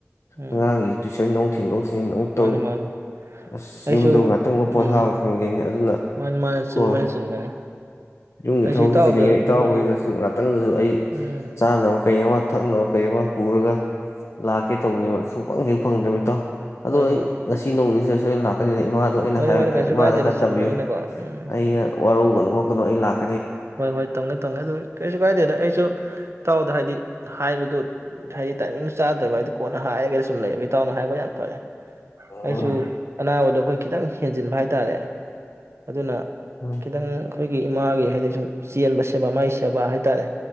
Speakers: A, on the right (about 60°); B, on the left (about 70°).
A: ꯎꯝ
B: ꯑꯉꯥꯡꯒꯤ ꯇꯨꯏꯁꯟ ꯑꯃꯨꯛ ꯊꯤ ꯅꯧ ꯊꯤꯟ ꯑꯃꯨꯛꯛꯇꯧ
A: ꯃꯥꯅꯤ ꯃꯥꯅꯤ
B: ꯑꯁ
A: ꯑꯩꯁꯨ
B: ꯌꯨꯝꯗꯧ ꯉꯥꯛꯇꯪꯒ
A: ꯎꯝ
B: ꯄꯣꯠꯊꯥ ꯑꯃ ꯈꯪꯗꯦꯅꯤ ꯑꯗꯨꯅ
A: ꯃꯥꯅꯤ ꯃꯥꯅꯤ ꯆꯤꯟꯕꯅꯤ
B: ꯀꯣ
A: ꯆꯤꯟꯕꯅꯤ
B: ꯌꯨꯝꯒꯤ
A: ꯑꯩꯁꯨ
B: ꯊꯕꯛꯁꯤ
A: ꯏꯇꯥꯎꯗ
B: ꯆꯤꯟꯂꯤꯉꯩ
A: ꯑꯩꯈꯣꯏꯒꯤ
B: ꯏꯇꯥꯎ ꯍꯣꯏꯗꯁꯨ ꯉꯥꯛꯇꯗꯁꯨ ꯑꯩ
A: ꯎꯝ
B: ꯆꯥꯅꯕ ꯀꯩ ꯑꯃ ꯊꯛꯅꯕ ꯀꯩ ꯑꯃ ꯄꯨꯔꯒ ꯂꯥꯛꯀꯦ ꯇꯧꯕꯅꯦꯕ ꯁꯨꯡꯄꯪ ꯍꯦꯛ ꯐꯪꯗ꯭ꯔꯕꯃꯤꯠꯇꯣ ꯑꯗꯣ
A: ꯍꯣꯏ ꯍꯣꯏ
B: ꯑꯩ ꯉꯁꯤ ꯅꯧ ꯁꯤꯗ ꯂꯅꯥꯀꯅꯤ ꯏꯃꯥꯗꯣ ꯑꯩꯅ
A: ꯍꯣꯏꯅꯦ
B: ꯍꯥꯏ
A: ꯍꯣꯏꯅꯦ ꯀꯩꯁꯨ
B: ꯏꯃꯥꯗ
A: ꯀꯥꯏꯗꯦꯗ
B: ꯈꯔ
A: ꯆꯤꯟꯕꯅꯤꯅꯀꯣ
B: ꯇꯝꯕꯤꯌꯨ
A: ꯎꯝ
B: ꯑꯩꯅ ꯋꯥꯔꯧꯒꯅꯨ ꯈ ꯀꯩꯅꯣ <unintelligible>
A: ꯍꯣꯏ ꯍꯣꯏ ꯇꯝꯒꯦ ꯇꯝꯒꯦ ꯑꯗꯨ ꯀꯩꯁꯨ ꯀꯥꯏꯗꯦꯗ ꯑꯩꯁꯨ ꯇꯥꯎꯗ ꯍꯥꯏꯗꯤ ꯍꯥꯏꯕꯗꯨ ꯍꯥꯏꯗꯤ ꯇꯥꯏꯃꯤꯡ ꯆꯥꯗ꯭ꯔꯕ ꯍꯥꯏꯗꯤ ꯀꯣꯟꯅ ꯍꯥꯏꯔꯒꯗꯤ ꯁꯨꯝ ꯂꯩꯌꯦꯕ ꯏꯇꯥꯎꯅ ꯍꯥꯏꯕ ꯌꯥꯝ ꯐꯔꯦ ꯑꯩꯁꯨ
B: ꯎꯝ
A: ꯑꯅꯥꯕ ꯑꯗꯨ ꯑꯩꯈꯣꯏ ꯈꯤꯇꯪ ꯍꯦꯟꯖꯤꯟꯕ ꯍꯥꯏꯇꯥꯔꯦ ꯑꯗꯨꯅ
B: ꯎꯝ
A: ꯈꯤꯇꯪ ꯑꯩꯈꯣꯏꯒꯤ ꯏꯃꯥꯒꯤ ꯍꯥꯏꯗꯤ ꯁꯨꯝ ꯆꯦꯟꯕ ꯁꯦꯕ ꯃꯥꯏ ꯁꯦꯕ ꯍꯥꯏꯇꯥꯔꯦ